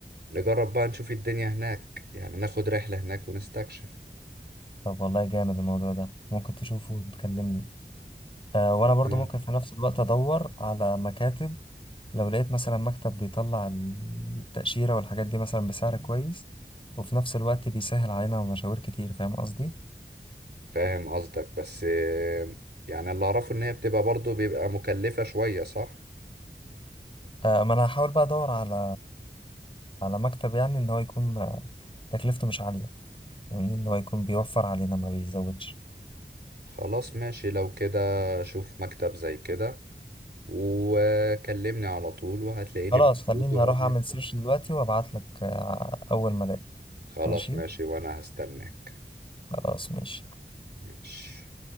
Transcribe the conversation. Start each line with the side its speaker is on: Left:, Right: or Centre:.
Right: نجرب بقى نشوف الدنيا هناك يعني ناخد رحلة هناك ونستكشف
Left: طب والله جامد الموضوع ده ممكن تشوفه وتكلمني آه وأنا برضو
Right: أنا
Left: ممكن في نفس الوقت أدور على مكاتب لو لقيت مثلا مكتب بيطلع التأشيرة والحاجات دي مثلا بسعر كويس وفي نفس الوقت بيسهل علينا مشاوير كتير فاهم قصدي؟
Right: فاهم قصدك بس يعني اللي اعرفه ان هي بتبقى برضو بيبقى مكلفة شوية صح؟
Left: آه، ما انا هحاول بقى ادور على على مكتب يعني ان هو يكون آه، تكلفته مش عالية يعني ان هو يكون بيوفر علينا ما بيزودش
Right: خلاص ماشي لو كده شوف مكتب زي كده وكلمني على طول وهتلاقيني
Left: خلاص
Right: موجود
Left: خليني
Right: واقول
Left: اروح اعمل
Right: لك
Left: سيرش دلوقتي وابعت لك آه، اول ما الاقي
Right: خلاص
Left: ماشي
Right: ماشي وانا هستناك
Left: خلاص ماشي
Right: ماشي